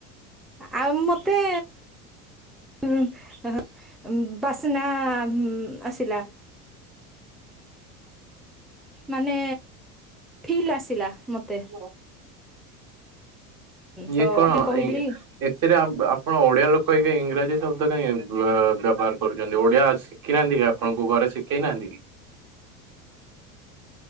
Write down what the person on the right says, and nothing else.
ଓହୋ। ଇଏ
କଣ
ଏ। ଏଥିରେ ଆ ଆପଣ ଓଡ଼ିଆ ଲୋକ ହେଇକି ଇଂରାଜୀ ଶବ୍ଦ କାହିଁକି ବ୍ୟବହାର। କରୁଛନ୍ତି ଓଡିଆ ଶିଖିନାହାନ୍ତି କି ଆପଣଙ୍କୁ ଘରେ ଶିଖେଇ ନାହାନ୍ତି କି।